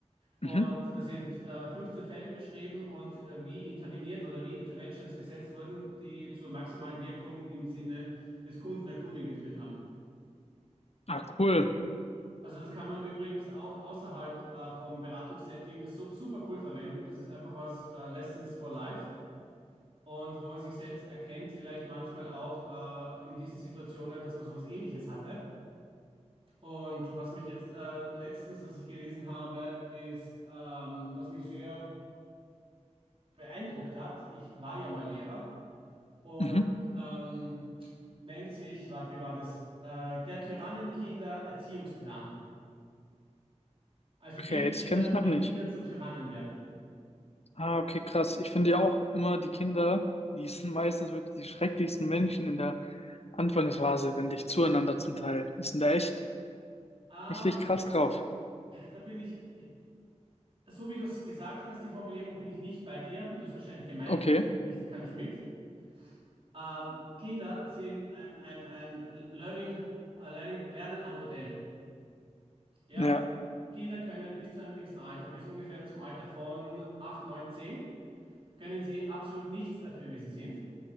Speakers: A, on the right (about 50°); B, on the left (about 60°).
A: Und
B: Mhm.
A: da sind äh, 15 Fälle beschrieben und äh, wie interveniert oder wie Interventions gesetzt wurden, die zur maximalen Wirkung im Sinne des Kunden, der Kundin geführt haben.
B: Ah, cool.
A: Also das kann man übrigens auch außerhalb äh, vom Beratungssetting sup- super cool verwenden. Das ist einfach was äh, Lessons for Life und wo man sich selbst erkennt, vielleicht manchmal auch äh, in diesen Situationen, dass man sowas Ähnliches hatte. Und was mich jetzt äh, letztens, was ich gelesen habe, ist, ähm, was mich sehr beeindruckt hat. Ich war ja mal Lehrer und
B: Mhm.
A: ähm, nennt sich, warte, wie war das? Äh, der Tyrannenkinder-Erziehungsplan. Also
B: Okay,
A: wie Kinder,
B: das kenne ich noch
A: wie
B: nicht.
A: Kinder zu Tyrannen werden.
B: Ah, okay, krass. Ich finde ja auch immer die Kinder, die sind <laughs> meistens wirklich die schrecklichsten Menschen in der Anfangsphase, wenn dich zueinander zum Teil. Die sind da echt
A: Ah,
B: richtig krass drauf.
A: da bin ich, so wie du es gesagt hast, die Formulierung bin ich nicht bei dir, wie du es wahrscheinlich gemeint
B: Okay,
A: hast, nicht, kann ich mit. Ähm, Kinder sind ein, ein, ein Learning, äh, Learning, Lernen am Modell. Ja?
B: ja.
A: Kinder können bis zu einem gewissen Alter, bis ungefähr zum Alter von 8 9 10, können sie absolut nichts dafür, wie sie sind.